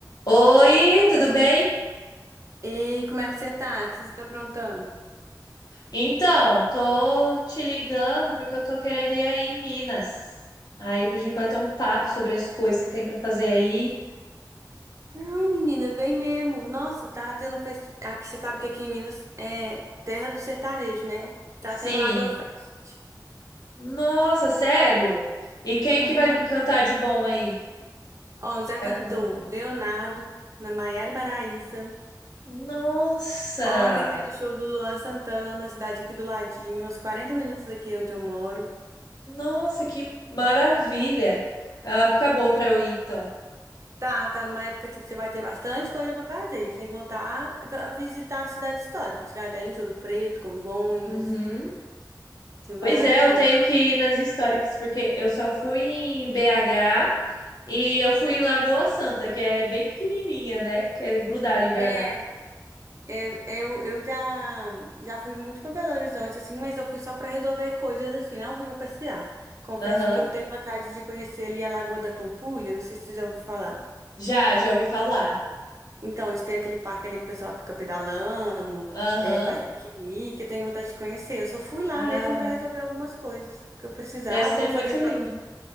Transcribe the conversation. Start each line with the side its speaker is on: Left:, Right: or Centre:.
Left: Oi, tudo bem?
Right: Ei, como é que você tá? O que você tá aprontando?
Left: Então, tô te ligando porque eu tô querendo ir aí em Minas. Aí pra gente bater um papo sobre as coisas que tem pra fazer aí.
Right: Ai, menina, vem mesmo. Nossa, tá tendo festi... Aqui, você sabe que aqui em Minas é terra do sertanejo, né? Tá
Left: Sim.
Right: tendo Agrofest.
Left: Nossa, sério? E quem
Right: Uhum.
Left: que vai cantar de bom aí?
Right: Ó,
Left: Que
Right: já
Left: Vai
Right: cantou
Left: apresentar.
Right: Leonardo, na Maiara e Maraíza.
Left: Nossa!
Right: Ontem teve show do Luan Santana numa cidade aqui do ladinho, uns 40 minutos daqui onde eu moro.
Left: Nossa, que maravilha! É uma época boa pra eu ir, então.
Right: Tá, tá numa época assim que você vai ter bastante coisa pra fazer, sem contar a- a visitar a cidade histórica, Tiradentes, Ouro Preto, Congonhas.
Left: Uhum.
Right: Você
Left: Pois
Right: vai amar.
Left: é, eu tenho que ir nas históricas porque eu só fui em BH E eu fui em Lagoa Santa, que é bem pequenininha, né? Que é grudada em BH.
Right: É, Eu, eu, eu já, já fui muito pra Belo Horizonte, assim, mas eu fui só pra resolver coisas, assim, não fui pra passear. Confesso
Left: Aham.
Right: que eu tenho vontade de conhecer ali a Lagoa da Pampulha, não sei se você já ouviu falar.
Left: Já, já ouvi falar.
Right: Então, a gente tem aquele parque ali que o pessoal fica pedalando,
Left: Aham.
Right: é, faz piquenique, eu tenho vontade de conhecer. Eu só fui lá
Left: Ah,
Right: mesmo pra resolver algumas coisas que eu precisava,
Left: deve ser
Right: ou
Left: muito
Right: fazer
Left: lindo.
Right: prova,